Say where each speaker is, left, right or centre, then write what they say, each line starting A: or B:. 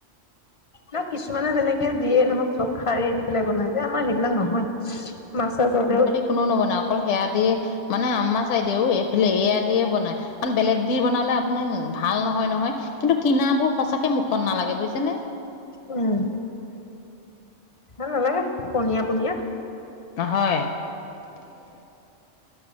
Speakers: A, on the left; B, on the left.
A: ন কিছুমানে যেনেকে যিয়ে নহওক চব খাৰে দি পেলাই বনাই যে আমাৰ সেইবিলাক নহয় মাছ চাছ হলেও
B: কোনো নবনাই অকল সেয়া দিয়ে মানে আম্মা চাই দেও এইফালে এয়া দিয়ে বনায় কাৰণ বেলেগ দি বনালে আপুনি ভাল নহয় নহয় কিন্তু কিনাবোৰ সঁচাকে মুখত নালাগে বুজিছে নে
A: উম ভাল নালাগে পনীয়া পনীয়া
B: নহয় উ <inaudible>